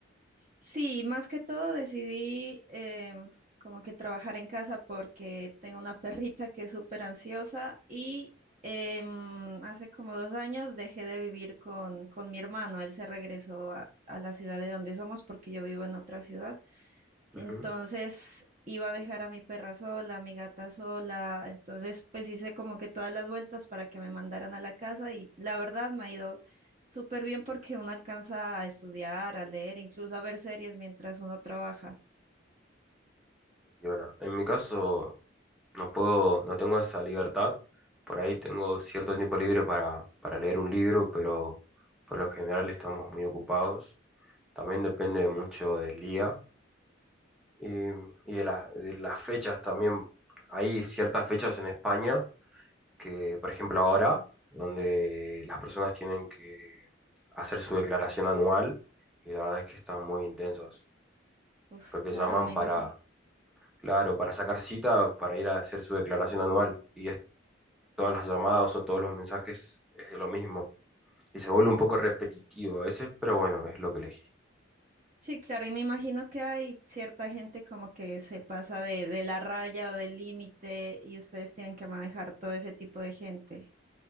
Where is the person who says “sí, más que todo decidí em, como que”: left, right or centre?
Right